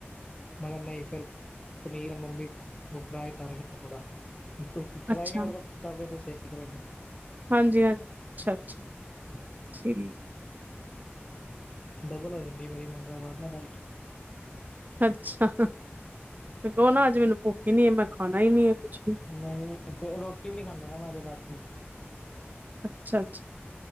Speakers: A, on the left; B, on the right.
A: ਨਹੀਂ ਫਿਰ ਪਨੀਰ ਮੰਮੀ ਫਰਾਈ ਕਰ ਰਹੇ ਆ ਥੋੜਾ ਫਰਾਈ
B: ਅੱਛਾ
A: ਨੀ ਮਤਲਬ ਤਬੇ ਤੇ ਸੇਕ ਰਹੇ ਨੇ।
B: ਹਾਂਜੀ-ਹਾਂਜੀ, ਅੱਛਾ-ਅੱਛਾ ਠੀਕ।
A: ਡਬਲ ਹੋ ਜਾਂਦੀ ਮੇਰੀ ਮੰਗਲਵਾਰ ਨਾ ਡਾਈਟ।
B: ਅੱਛਾ ਤੇ ਕਹੋ ਨਾ ਅੱਜ ਮੈਨੂੰ ਭੁੱਖ ਹੀ ਨੀ ਹੈ ਮੈਂ ਖਾਣਾ ਹੀ ਨੀ ਆ ਕੁੱਛ ਵੀ।
A: ਨਹੀਂ, ਫਿਰ ਰੋਟੀ ਵੀ ਨਹੀ ਖਾਂਦਾ ਨਾ ਮੈਂ ਫਿਰ ਰਾਤੀ।
B: ਅੱਛਾ-ਅੱਛਾ।